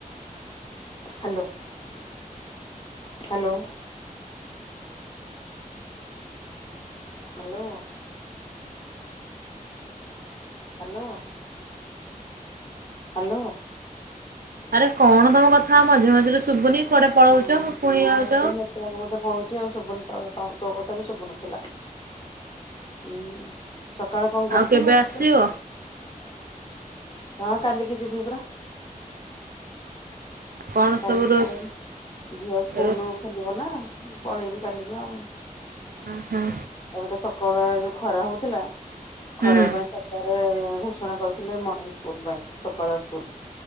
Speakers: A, on the left; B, on the right.
A: Hello hello hello hello hello
B: ଆରେ କଣ ତମ କଥା ମଝିରେ ମଝିରେ ଶୁଭୁନି କୁଆଡେ? ପଳଉଛ
A: ହଁ,
B: ପୁଣି
A: ହଁ,
B: ଆଉଛ।
A: ବୋଧେ ନେଟୱର୍କ ବୋଧେ ପଳଉଛି ଆଉ ଶୁଭୁନି ତୋ - ତୋ କଥା ବି ଶୁଭୁନଥିଲା ହୁଁ, ସକାଳେ କଣ
B: ଆଉ
A: କରିଥିଲୁ
B: କେବେ
A: ରୋଷେଇ?
B: ଆସିବ
A: ହଁ, କାଲିକି ଯିବି ପରା
B: କଣ
A: କାଲି
B: ସବୁ ରୋଷ
A: ଯାଇ ଝିଅ ସ୍କୁଲ
B: ରୋଷ
A: ଖୋଲିବ ନା ପଳେଇବି କାଲିକି ଆଉ।
B: ହୁଁ, ହୁଁ।
A: ଏବେ ତ ସକାଳୁଆ ଯୋଉ ଖରା ହଉଥିଲା
B: ହୁଁ
A: ଖରା ପାଇଁ ସକାଳେ ଘୋଷଣା କରିଥିଲେ ମର୍ଣିଂ ସ୍କୁଲ ପାଇଁ ସକାଳୁଆ ସ୍କୁଲ୍।